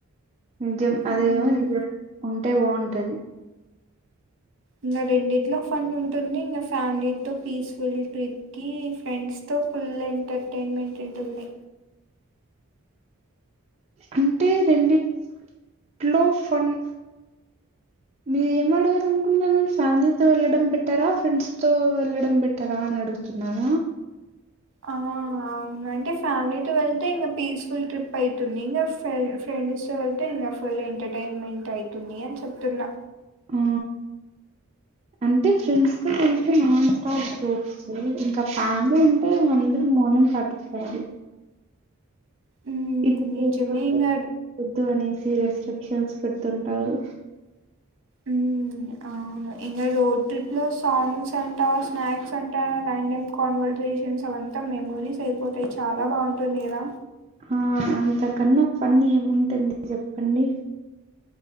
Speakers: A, on the right; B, on the right.
A: నిజం అదేమో
B: మ్
A: నిజం ఉంటే బాగుంటది.
B: ఇంకా రెండిట్లో ఫన్ ఉంటుంది ఇంకా ఫ్యామిలీతో పీస్ఫుల్ ట్రిప్. కి ఫ్రెండ్స్ తో ఫుల్ ఎంటర్టైన్మెంట్ ఉంటుంది.
A: అంటే రెండిట్లో ఫన్. మీర ఏం అడగా అనుకుంటున్నాను ఫ్యామిలీతో వెళ్ళడం బెటరా ఫ్రెండ్స్ తో వెళ్ళడం బెటరా అని అడుగు. న్నార.
B: ఆ. అవునా అంటే ఫ్యామిలీతో వెళ్తే ఇంకా పీస్ఫుల్ ట్రిప్ ఐతుంది ఇంకా ఫెల్ ఫ్రెండ్స్ తో వెళ్తే ఇంకా. ఫుల్ ఎంటర్టైన్మెంట్ అవుతుంది అని చెప్తున్నా.
A: ఆ అంటే ఫ్రెండ్స్ తో. నాన్ స్టాప్ జూక్స్ ఇంకా ఫ్యామిలీ ఉంటే మందరు మౌనం పటిస్తి.
B: ఉమ్
A: ఇది చేయపోతే
B: నిజమే ఇంగ
A: వద్దు అనేసి రెస్ట్రిక్షన్స్ పెడుతుంటారు.
B: ఉ. అవును ఇంకా రోడ్ ట్రిప్ లో సాంగ్స్ అంటా స్నాక్స్ అంటా రండేం. కాన్వర్జేషన్స్ అవంతా మెమరీస్ అయిపోతాయి చాలా బాగుంటుంది కదా.
A: ఆ అంతకన్నా ఫన్నీ ఏముంటుంది చెప్పండి.